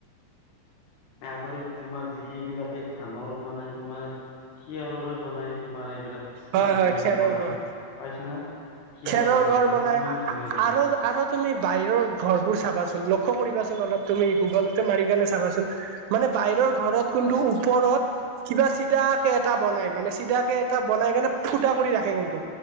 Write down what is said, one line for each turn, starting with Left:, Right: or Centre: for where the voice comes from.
Left: এই আগৰো তোমাৰ যি এইবিলাকে ধানৰ মানে তোমাৰ', খেয়াৰৰে বনাই তোমাৰ এইবিলাক
Right: হয়
Left: এই
Right: হয়
Left: যি
Right: খেৰৰ
Left: বনাই
Right: ঘৰ
Left: পাইছানে? খেয়াৰৰ
Right: খেৰৰ
Left: ঘৰ বিলাক
Right: বনাই
Left: কিমান ধুনীয়া লাগে',
Right: আৰু আৰু তুমি বাহিৰৰ ঘৰবোৰ চাবাচোন লক্ষ্য কৰিবাচোন অলপ তুমি গুগলতে মাৰি কিনে চাবাচোন', মানে বাহিৰৰ ঘৰত কোনটো ওপৰত', কিবা চিধাকে এটা বনাই মানে চিধাকে এটা বনাই কেনে ফুটা কৰি ৰাখে ৰুমটো',